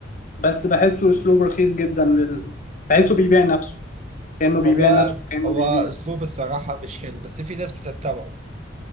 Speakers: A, on the left; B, on the right.
A: بس بحسه اسلوب رخيص جدا لل... بحسه بيبيع نفسه كأنه بيبيع
B: هو
A: نفسه كأنه
B: هو
A: بيبيع
B: اسلوب الصراحه مش حلو بس في ناس بتتبعه